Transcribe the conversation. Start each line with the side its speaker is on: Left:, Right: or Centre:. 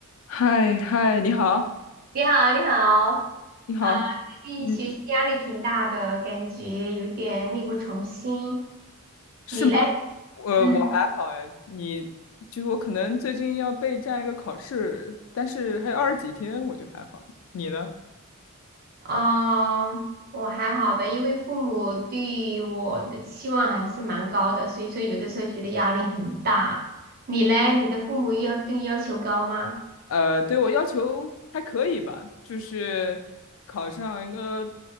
Left: 嗨嗨，你好，
Right: 你好，你好，
Left: 你好，
Right: 啊，最近学习压力挺大的，
Left: 嗯，
Right: 感觉有点力不从心。
Left: 是吗？
Right: 你嘞？
Left: 我我还好哎，
Right: 嗯，
Left: 你就我可能最近要备战一个考试，但是还有二十几天，我就还好。你呢？
Right: 啊，我还好的，因为父母对我的期望还是蛮高的，所以说有的时候觉得压力很大。你嘞？你的父母要对你要求高吗？
Left: 呃，对我要求还可以吧，就是考上一个